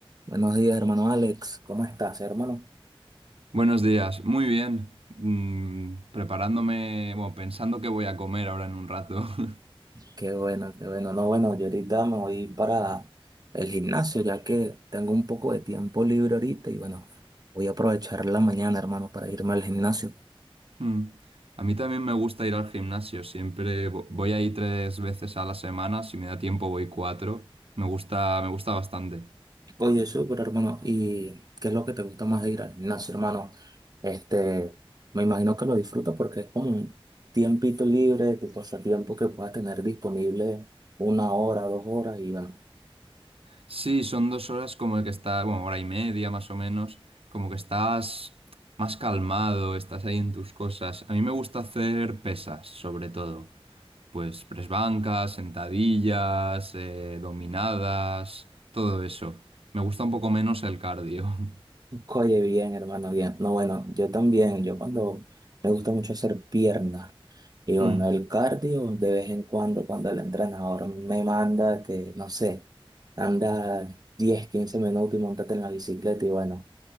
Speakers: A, on the right; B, on the right.
A: Buenos días, hermano Alex. ¿Cómo estás, hermano?
B: Buenos días, muy bien. Mm, preparándome, bueno, pensando qué voy a comer ahora en un rato. <laughs>
A: Qué bueno, qué bueno. No, bueno, yo ahorita me voy para el gimnasio, ya que tengo un poco de tiempo libre ahorita y bueno, voy a aprovechar la mañana, hermano, para irme al gimnasio.
B: Mm. A mí también me gusta ir al gimnasio, siempre vo- voy ahí tres veces a la semana, si me da tiempo voy cuatro. Me gusta, me gusta bastante.
A: Oye, súper, hermano. ¿Y qué es lo que te gusta más de ir al gimnasio, hermano? Este, me imagino que lo disfrutas porque es como un tiempito libre, tu pasatiempo que puedas tener disponible una hora, dos horas y bueno.
B: Sí, son dos horas como que está, bueno, hora y media más o menos, como que estás más calmado, estás ahí en tus cosas. A mí me gusta hacer pesas, sobre todo. Pues press bancas, sentadillas, eh, dominadas, todo eso. Me gusta un poco menos el cardio. <laughs>
A: Oye, bien, hermano, bien. No, bueno, yo también, yo cuando me gusta mucho hacer piernas y bueno,
B: Mm.
A: el cardio de vez en cuando, cuando el entrenador me manda que, no sé, anda 10 15 minutos y montate en la bicicleta y bueno,